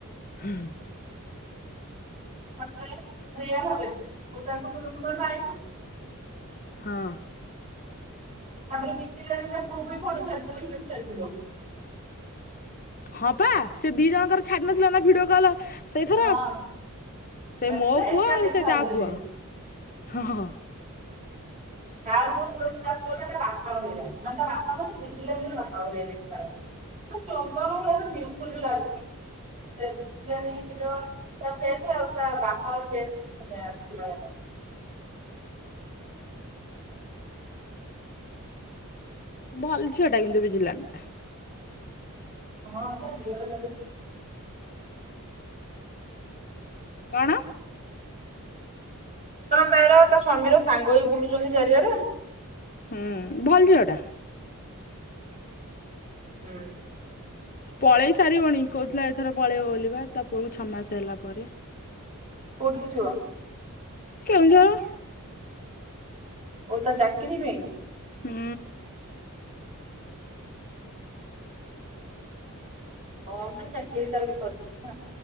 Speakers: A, on the left; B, on the right.
A: ହୁଁ
B: ମତରେ ଭୟା ହବ ମୁ ତା
A: ହଁ
B: ତାପଣ ଖ ଫୋଟୋ ଛାଟଟ ଛଟ
A: ହଁ ପା ସେ ଦି ଜଣଙ୍କର ଛାଡି ନଥିଲା ନା ଭିଡିଓ କଲ ସେଇଥର
B: ହଁ
A: ସେଇ
B: ଛାଡିଥିଲେ
A: ମୋ ପୁଅ
B: ଏକା
A: ଆଉ
B: ଦେଖା
A: ସେଇ
B: ଯାଉଥିଲେ।
A: ତା ପୁଅ ହଁ ହଁ
B: ବାା ଭଳିେ ବାପା ମାନ ବିଜାଆ ଦେଖ ବ ଲୁ ବାପ
A: ଭଲଛିଅଟା କିନ୍ତୁ ବିଜିଲ୍ୟାଣ୍ଡ ଟା
B: ହଁ ମତଳ ତିିଅର
A: କଣ
B: ତାର ତା ସ୍ଵାମୀର ସାଙ୍ଗ ବି ବୁଲୁଛନ୍ତି ଚାରିଆଡେ
A: ହୁଁ ଭଲ ଝିଅଟା
B: ହୁଁ
A: ପଳେଇ ସାରିବନ କୋହୁଥିଲା ଏଥର ପଳେଇବ ବଲିବା ତା ପୁଅକୁ ଛଅ ମାସ ହେଲା ପରେ
B: ଛୁ
A: କେଁଝର
B: ଓ ତା ଚାକରି ନିବ
A: ହୁଁ
B: ହଁମ ଚାକ ତାର ବି କରୁଛୁ ନା